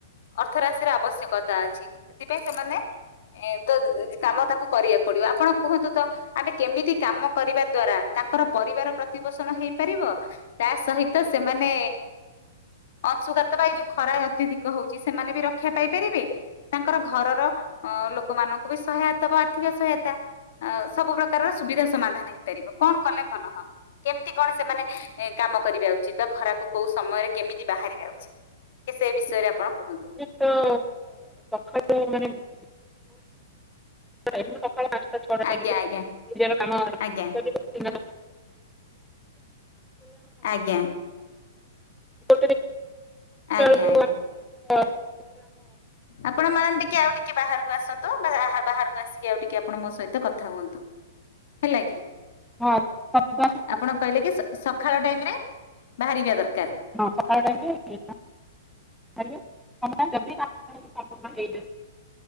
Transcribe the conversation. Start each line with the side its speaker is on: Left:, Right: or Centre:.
Left: ଅର୍ଥ ରାଶିର ଆବଶ୍ୟକତା ଅଛି ସେଥିପାଇଁ ସେମାନେ ଏ ତ କାମ ତାଙ୍କୁ କରିବାକୁ ପଡିବ ଆପଣ କୁହନ୍ତୁ ତ ଆମେ କେମିତି କାମ କରିବା ଦ୍ଵାରା, ତାଙ୍କର ପରିବାର ପ୍ରତିପୋଷଣ ହେଇ ପାରିବ? ତା ସହିତ ସେମା ମାନେ ଅଂଶୁଘାତ ବା ଏଇ ଯୋଉ ଖରା ଅତ୍ୟଧିକ ହଉଛି, ସେମାନେ ବି ର କ୍ଷା ପାଇପାରିବେ ତାଙ୍କର ଘରର ଲୋକମାନଙ୍କୁ ବି ସହାୟତା ବା ଆର୍ଥିକ ସହାୟତା। ଅ ସବୁ ପ୍ରକାରର ସୁବିଧା ସମାଧାନ ହେଇପାରିବ। କଣ କଲେ ଭଲ ହବ? କେମିତି କଣ ସେମାନେ କାମ କରିବା ଉଚିତ ବା ଖରାକୁ କୋଉ ସମୟରେ କେମିତି ବାହାରିବା ଉଚିତ। ସେ ବିଷୟରେ ଆପଣ କୁହନ୍ତୁ
Centre: ତ ସଖାଳୁ ମାନେ <unintelligible> ଟାଇ ସକାଳ ପାଞ୍ଚଟା ଛଅଟା ଟାଇମ
Left: ଆଜ୍ଞା
Centre: <unintelligible>
Left: ଆଜ୍ଞା
Centre: କାମ <unintelligible> <unintelligible>
Left: ଆଜ୍ଞା
Centre: ସେତବେଳେ
Left: ଆଜ୍ଞା
Centre: <unintelligible>
Left: ଆଜ୍ଞା
Centre: ଚା
Left: ଆଜ୍ଞା
Centre: <unintelligible>
Left: ଆପଣ ମ୍ୟାଡାମ୍ ଟିକେ ଆଉ ଟି ଟିକେ ବାହାରକୁ ଆସନ୍ତୁ ବା ବାହାରକୁ ଆସିକି ଆଉ ଟିକେ ଆପଣ ମୋ ସହିତ କଥା ହୁଅନ୍ତୁ। ହେଲା କି
Centre: ହଁ ହଁ ଶବ୍ଦ ଆସିବ।
Left: ଆପଣ କହିଲେ କି ସକାଳ ଟାଇମରେ ବାହାରିବା ଦରକାର।
Centre: ହଁ ପକାଟା <unintelligible> ଆଜ୍ଞା, କାମଟା ଯଲଦି ତା <unintelligible> ହେଇଯାଉ।